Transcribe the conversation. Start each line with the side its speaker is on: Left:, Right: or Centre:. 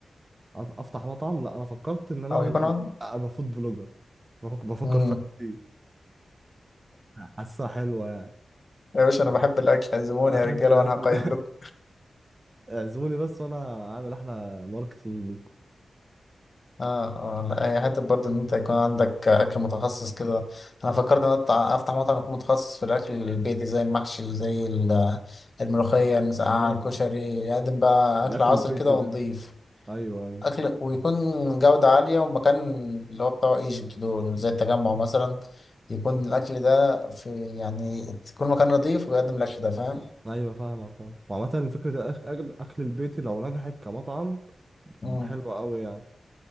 Right: أ- افتح مطعم لا انا فكرت ان انا
Left: او
Right: ممكن
Left: يكون عن
Right: ابقى فود بلوجر بفكر بفكر
Left: مم.
Right: في دي حاسسها حلوه يعني
Left: يا باشا انا بحب الاكل عزموني
Right: انا بحب
Left: يا رجالة
Right: الاكل
Left: وانا هقيم لكم
Right: <laughs> اعزموني بس وانا عامل احلى ماركتنج ليكم
Left: اه اه لا، هي حتة برضه ان انت يكون عندك اكل متخصص كده انا فكرت ان أنا أطع- افتح مطعم يكون متخصص في الاكل البيتي زي المحشي زي ال- الملوخية المسقعة
Right: مم.
Left: الكشري يقدم بقى
Right: الاكل
Left: اكل عصر
Right: البيتي
Left: كده ونضيف
Right: ده ايوه ايوه
Left: أكل ويكون جودة عالية ومكان اللي هو بتاع ايجيبت دول زي التجمع مثلا يكون الأكل ده في يعني يكون مكان نظيف ويقدم الأكل ده فاهم؟
Right: ايوه فاهمه فاهم وعامه فكره الأك- الاكل البيتي لو نجحت كمطعم بتبقى
Left: مم.
Right: حلوه قوي يعني